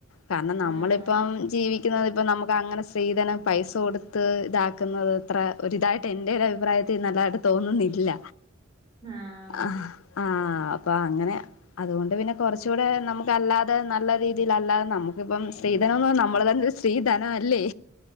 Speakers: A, on the left; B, on the right.
A: കാരണം നമ്മളിപ്പം
B: ആഹ് ആഹ്
A: ഇരിക്കുന്നത് ഇപ്പ നമുക്ക് അങ്ങനെ സ്ത്രീധനം പൈസ കൊടുത്ത് ഇതാക്കുന്നത് അത്ര ഒരു ഇതായിട്ട് എന്റെ ഒരു അഭിപ്രായത്തി നല്ലതായിട്ട് തോന്നുന്നില്ല
B: ആഹ്
A: ആ ആഹ അപ്പൊ അങ്ങനെ അതുകൊണ്ട് പിന്നെ കൊറച്ചുകൂടെ നമുക്ക് അല്ലതെ നല്ല രീതിൽ അല്ലാതെ നമുക്കിപ്പം സ്ത്രീധനോന്ന് നമ്മള് തന്നൊരു സ്ത്രീധനല്ലേ